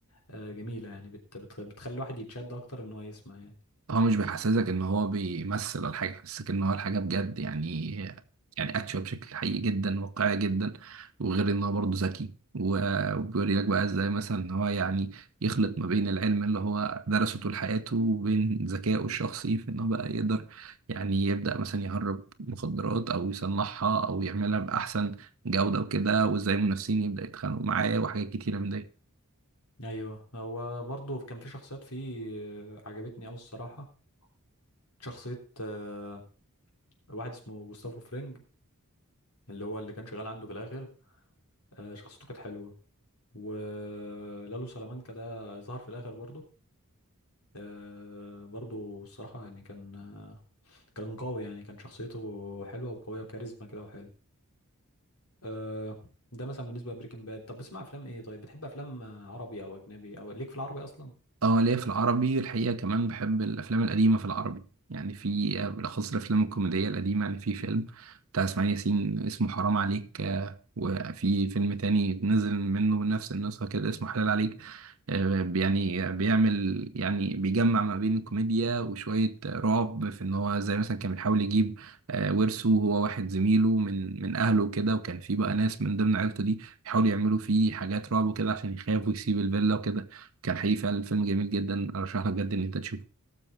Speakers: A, on the left (about 80°); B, on the right (about 65°).
A: آه، جميله يعني بت بت بتخلي الواحد يتشد اكتر ان هو يسمع يعني
B: هو مش بيحسسك ان هو بيمثل الحاجه بيحسسك ان هو الحاجه بجد يعني يعني اكشوال بشكل حقيقي جدا واقعي جدا وغير ان هو برضه ذكي و- وبيوري لك بقى ازاي مثلا ان هو يعني يخلط ما بين العلم اللي هو درسه طول حياته وبين ذكائه الشخصي في ان هو بقى يقدر يعني يبدا مثلا يهرب مخدرات او يصنعها او يعملها باحسن جوده وكده وازاي المنافسين يبدا يتخانقوا معاه وحاجات كتيره من دي
A: ايوه هو برضو كان في شخصيات فيه آه، عجبتني اوي الصراحه شخصيه آه، واحد اسمه جوستافو فرينج اللي هو اللي كان شغال عنده في الاخر آه، شخصيته كانت حلوه ولالو سلامانكا ده ظهر في الاخر برضه آه، برضه الصراحه يعني كان آه، كان قوي يعني كان شخصيته حلوه وقويه وكاريزما كده وحلو آه، ده مثلا بالنسبه لبريكنج باد طب بتسمع افلام ايه طيب بتحب افلام آه، عربي او اجنبي او ليك في العربي اصلا
B: اه ليا في العربي الحقيقة كمان بحب الأفلام القديمة في العربي يعني في آه، بالأخص الأفلام الكوميدية القديمة يعني في فيلم بتاع إسماعيل ياسين اسمه حرام عليك آه، وفي فيلم تاني نزل منه بنفس النسخة كده اسمه حلال عليك آه، يعني بيعمل يعني بيجمع ما بين الكوميديا وشوية رعب في إن هو زي مثلا كان بيحاول يجيب آه، ورثه هو واحد زميله من من أهله وكده وكان في بقى ناس من ضمن عيلته دي بيحاولوا يعملوا فيه حاجات رعب وكده عشان يخاف ويسيب الفيلا وكده كان حقيقي فعلا فيلم جميل جدا ارشح لك بجد ان انت تشوفه